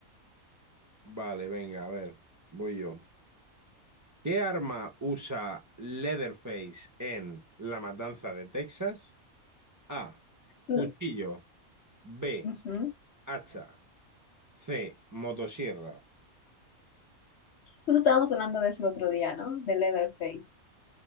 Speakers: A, on the right; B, on the left.
A: Vale, venga, a ver, voy yo. ¿Qué arma usa Leatherface en La Matanza de Texas? A.
B: Mm,
A: Cuchillo. B.
B: ujú.
A: Hacha. C. Motosierra.
B: Justo estábamos hablando de eso el otro día, ¿no? De Leatherface.